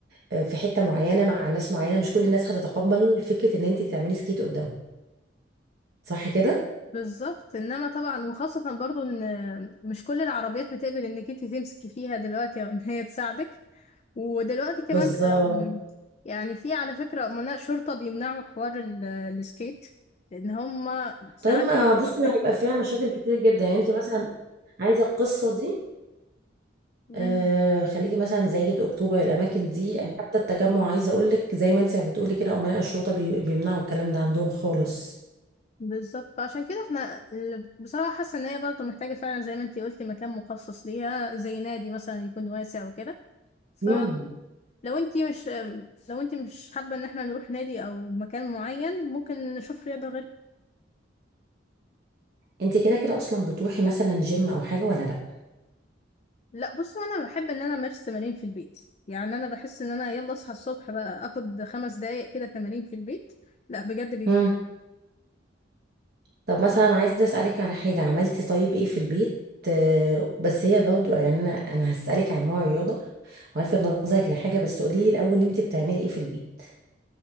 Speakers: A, on the right; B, on the left.
A: آه، في حته معينه مع ناس معينه مش كل الناس هتتقبل فكره ان انت تعملي سكيت قدامهم صح كده
B: بالظبط انما طبعا وخاصة برضو ان مش كل العربيات بتقبل انك انت تمسكي فيها دلوقتي او ان هي تساعدك ودلوقتي كمان
A: بالظبط
B: بقى- يعني في على فكرة امناء شرطة بيمنعوا حوار ال- السكيت لان هما ساعات
A: طيب ما
B: بيمشوا
A: بصي
B: في
A: هيبقى فيها مشاكل كتير جدا يعني انت مثلا عايزه القصه دي
B: الطريق
A: آه خليكي مثلا زايد اكتوبر الاماكن دي حتى التجمع عايزه اقول لك زي ما انت بتقولي كده امناء الشرطه بي- بيمنعوا الكلام ده عندهم خالص
B: بالظبط فعشان كده احنا ال- بصراحة حاسة ان هي برضه محتاجة فعلا زي ما انتي قلتي مكان مخصص ليها زي نادي مثلا يكون واسع وكده فلو
A: امم
B: انتي مش لو انتي مش حابة ان احنا نروح نادي او مكان معين ممكن نشوف رياضة غيرها
A: انت كده كده اصلا بتروحي مثلا جيم او حاجه ولا لا
B: لا بصوا انا بحب ان انا امارس تمارين في البيت يعني انا بحس ان انا يلا اصحى الصبح بقى اخد خمس دقايق كده تمارين في البيت لا بجد بيفرق
A: امم طب مثلا عايزه اسالك على حاجه عملتي طيب ايه في البيت آه بس هي برضو يعني انا أنا هسالك عن نوع الرياضه والفت نظرك لحاجه بس قولي لي الاول انت بتعملي ايه في البيت